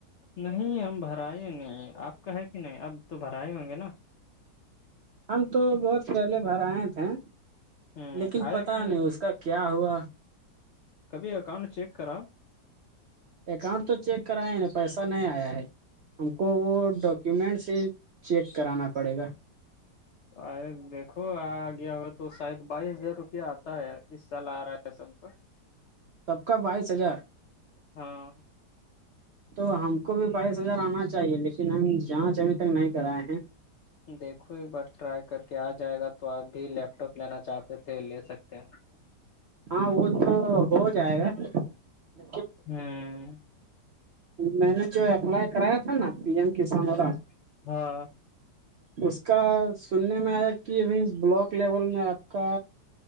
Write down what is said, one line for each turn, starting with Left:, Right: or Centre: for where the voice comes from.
Left: نہیں ہم بھرائے نہیں آپ کا ہے کہ نہیں اب تو بھرائے ہوں گے نا
Right: ہم تو بہت پہلے بھر آئے تھے
Left: ہوں
Right: لیکن
Left: آیا
Right: پتا
Left: کہ
Right: نہیں اس کا کیا ہوا <unintelligible>
Left: کبھی اکاؤنٹ چیک کرا
Right: اکاؤنٹ تو چیک کرایا نہیںا پیسہ نہیں آیا ہے ہم کو وہ ڈاکیومینٹس ہی چیک کرانا پڑے گا <unintelligible>
Left: آ دیکھو آ گیا ہو تو شاید بائیس ہزار روپیہ آتا ہے اس سال آ رہا ہے سب کا
Right: سب کا بائیس ہزار
Left: ہاں
Right: تو ہم کو بھی بائیس ہزار آنا چاہیے لیکن ہم جانچ ابھی تک نہیں کرائے ہیں
Left: دیکھو ایک بار ٹرائی کر کے آ جائے گا تو آپ بھی لیپ ٹاپ لینا چاہتے تھے لے سکتے
Right: ہاں وہ تو ہو جائے گا لیکن
Left: ہاں
Right: میں نے جو اپلائی کرایا تھا نا پی ایم کسانوں
Left: ہاں ہاں
Right: اس کا سننے میں آیا کہ ابھی بلاک لیول میں آپ کا